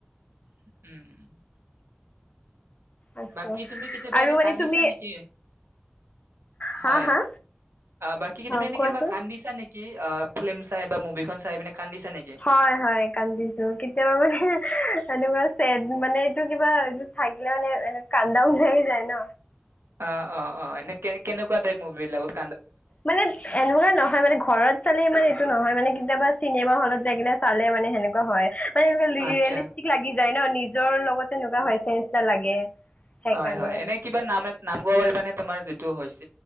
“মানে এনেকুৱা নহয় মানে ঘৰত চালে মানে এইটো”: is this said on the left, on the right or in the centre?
Left